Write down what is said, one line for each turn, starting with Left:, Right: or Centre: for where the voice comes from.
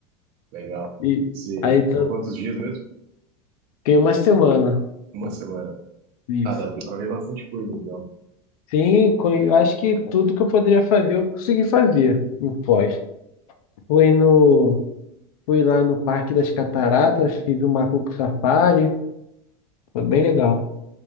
Right: legal.
Left: E
Right: Você
Left: aí
Right: ficou
Left: tá-
Right: quantos dias mesmo?
Left: fiquei uma semana.
Right: Uma semana.
Left: Isso.
Right: Ah, dá deu pra ver bastante coisa, então.
Left: Sim, co- eu acho que tudo que eu poderia fazer, eu consegui fazer em Foz. Fui no, fui lá no Parque das Cataratas, fiz o Macuco Safari, foi bem legal.